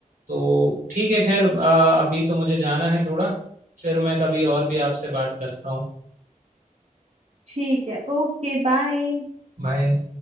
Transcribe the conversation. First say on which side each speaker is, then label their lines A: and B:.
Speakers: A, on the right (about 75°); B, on the right (about 50°).
A: तो ठीक है खैर आ, अभी तो मुझे जाना है थोड़ा फिर मैं कभी और भी आपसे बात करता हूँ
B: ठीक है ओके बाय
A: बाय